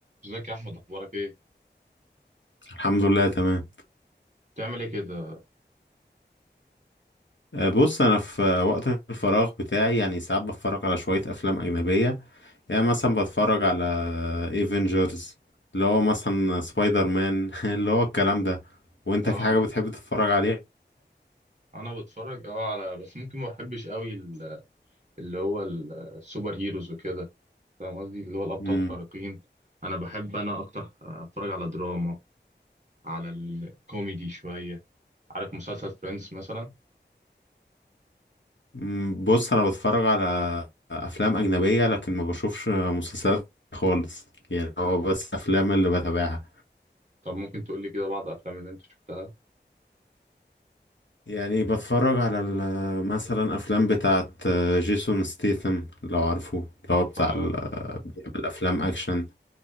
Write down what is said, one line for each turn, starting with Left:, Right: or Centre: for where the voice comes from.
Right: ازيك يا احمد اخبارك ايه
Left: الحمد لله تمام
Right: بتعمل ايه كده
Left: آه، بص انا في آه، وقت الفراغ بتاعي يعني ساعات بتفرج على شوية افلام اجنبية يعني مثلا بتفرج على ايفنجرز اللي هو مثلا سبايدر مان <laughs> اللي هو الكلام ده وانت
Right: اه
Left: في حاجة بتحب تتفرج عليها
Right: انا بتفرج اه على بس ممكن ما بحبش قوي ال- اللي هو ال- السوبر هيروز وكده فاهم قصدي اللي هو الابطال
Left: مم.
Right: الخارقين انا بحب انا اكتر آه، اتفرج على دراما على الكوميدي شويه عارف مسلسل فريندز مثلا
Left: مم، بص انا بتفرج على افلام اجنبية لكن ما بشوفش مسلسلات خالص يعني هو
Right: اه
Left: بس افلام اللي بتابعها
Right: طب ممكن تقول لي كده بعض الافلام اللي انت شفتها
Left: يعني بتفرج على ال- مثلا افلام بتاعت جيسون ستيثم لو عارفه اللي هو بتاع
Right: اه
Left: ال- بيعمل افلام اكشن